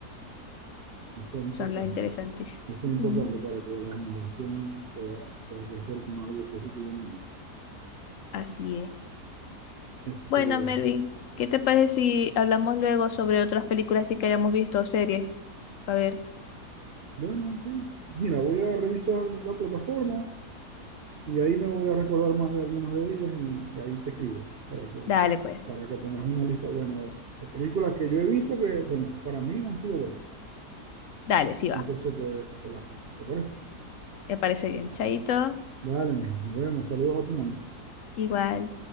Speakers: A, on the right; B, on the left.
A: Eso es importante.
B: Son las interesantes.
A: Eso es importante
B: Ujú,
A: para que la generación pueda, pueda crecer con algo positivo en el mundo.
B: Así es.
A: Este,
B: Bueno, Mervin, ¿qué te parece si hablamos luego sobre otras películas así que hayamos visto o series? A ver,
A: bueno, sí. Mira, voy a revisar la plataforma y ahí me voy a recordar más de algunas de ellas y, y ahí te escribo para que,
B: dale pues,
A: para que tengas una lista buena de películas que yo he visto que, bueno, para mí han sido buenas.
B: dale, sí va.
A: Entonces te, te las paso. ¿Te parece?
B: Me parece bien. Chaito,
A: Dale, mijo. Nos vemos. Saludos a tu mamá.
B: igual.